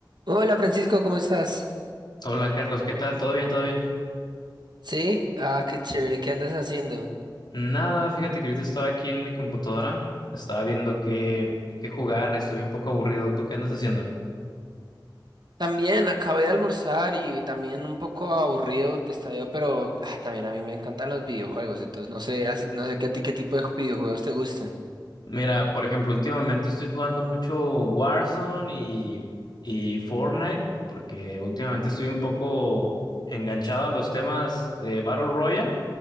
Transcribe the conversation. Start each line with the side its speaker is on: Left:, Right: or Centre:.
Right: Hola Francisco, ¿cómo estás?
Left: Hola Carlos, ¿qué tal? ¿Todo bien? ¿Todo bien?
Right: Sí, ah, qué chévere, ¿qué andas haciendo?
Left: Nada, fíjate que ahorita estaba aquí en mi computadora, estaba viendo qué, qué jugar, estoy un poco aburrido. ¿Tú qué andas haciendo?
Right: También acabé de almorzar y también un poco aburrido te estaba, pero ah, también a mí me encantan los videojuegos, entonces no sé, as- no sé qué a ti qué tipo de videojuegos te gusten.
Left: Mira, por ejemplo, últimamente estoy jugando mucho Warzone y, y Fortnite, porque últimamente estoy un poco enganchado a los temas de Battle Royale,